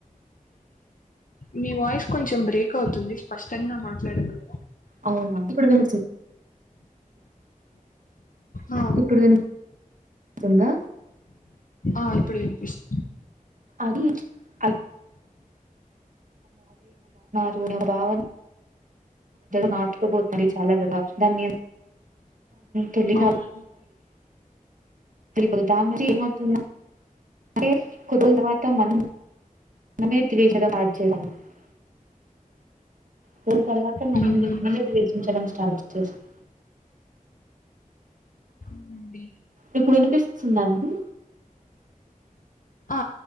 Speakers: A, on the left; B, on the right.
A: మీ వాయిస్ కొంచెం బ్రేక్ అవుతుంది స్పష్టంగా మట్లడగలర
B: అవునా ఇప్పుడు వి
A: ఆ
B: ఇప్పుడు విని పిస్తుందా
A: ఆ ఇప్పుడ వినిపిస్తు
B: అది ఆ ఆ భావన్ నాటుుకుపోతుంది చాలా దుర దాన్ని తెలి
A: అవును
B: కూడా దాని ను ఏమవుతుంది అ కుద తర్వాత మ మమే <unintelligible> జూన్ తర్వాత మనం
A: అవునండి
B: ద్వేషించడం స్టార్ట్ చేసాం
A: ఉమ్
B: మీకు వినుపిస్తుందా అండి
A: ఆ